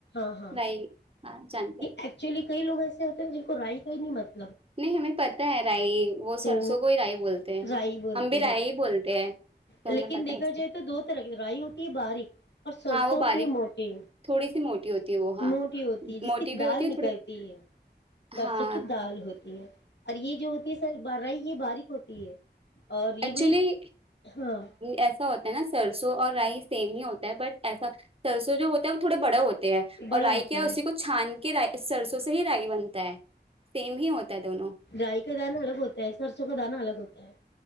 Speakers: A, on the left; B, on the right.
A: ہاں ہاں
B: رائی ہاں جانتے ہیں۔
A: ایکچلی <unintelligible> کئی لگ ایسے ہوتے ہیں جن کو رائی کا ہی نہیں منتے
B: نہیں ہمیں پتا ہے رائی وہ
A: تو
B: سرسوں کو ہی رائی بولتے ہیں
A: رائی بولتے
B: ہم بھی
A: ہیں
B: رائی ہی بولتے ہیں تو
A: لیکن
B: ہمیں پت
A: دیکھا
B: ہے
A: جائے تو دو طرح کی رائی ہوتی ہے باریک اور سرسوںتی
B: ہاں وہ باریک
A: ہے موٹی
B: تھوڑی سی موٹی ہوتی ہے وہ ہاں
A: موٹی ہوتی ہے جس
B: موٹی
A: کی
B: بھی
A: دال
B: ہوتی ہے
A: نکلتی
B: تھوڑی
A: ہے سرسوں
B: ہاں
A: کی دال ہوتی ہے اور یہ جو ہوتی ہے سر برائی یہ باریک ہوتی ہے اور یہ
B: ایکچولی
A: بڑی ہاں
B: ایسا ہوتا ہے نا سر <unintelligible> سرسو اور رائس سیم ہی ہوتا ہے بٹ ایسا سرسو جو ہوتا ہے وہ تھوڑے بڑے ہوتا ہیں ہے
A: بڑا
B: اور رائی
A: ہوتا
B: کیا ہے اسی کو چھان کہ ر سرسوں سے ہی رائی بنتا ہے سیم ہی ہوتا ہے دونوں
A: گائی کا دانا الگ ہوتا ہے سرسوں کا دانہ الگ ہوتا ہے